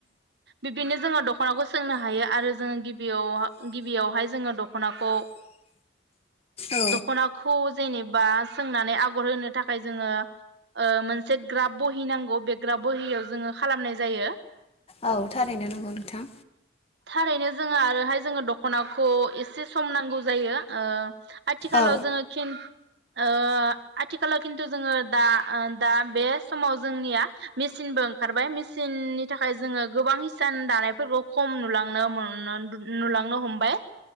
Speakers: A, on the right; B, on the left.
A: बिब्दिनो जोङो दखनाखौ सोंनो हायो आरो जोङो गिबियाव गिबियावहाय जोङो दखनाखौ
B: ओ
A: दखनाखौ जेनेबा सोंनानै आगर होनो थाखाय जोङो ओ मोनसे ग्राब बहि नांगौ बे ग्राब बहियाव जोङो खालामनाय जायो
B: औ थारैनो नोंगौ नोंथां
A: थारैनो जोङो आरोहाय जोङो दखनाखौ एसे सम नांगौ जायो ओ आथिखालाव
B: औ
A: जोङो खिन ओ आथिखालाव खिन्थु जोङो दा ओ दा बे समाव जोंनिया मेसिनबो ओंखारबाय मेसिननि थाखाय जोङो गोबां हिसान दानायफोरखौ खम नुलांनो मोनो नुलांनो हमबाय